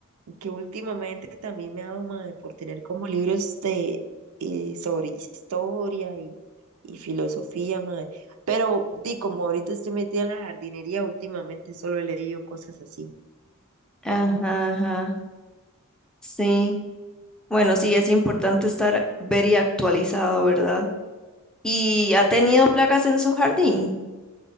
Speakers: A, on the right (about 70°); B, in the centre.
A: que últimamente también me ha dado mae, por tener como libros de, eh, sobre historia y, y filosofía, mae. Pero di, como ahorita estoy metida en la jardinería, últimamente solo he leído cosas así.
B: Ajá, ajá. Sí. Bueno, sí, es importante estar very actualizado, ¿verdad? ¿Y ha tenido placas en su jardín?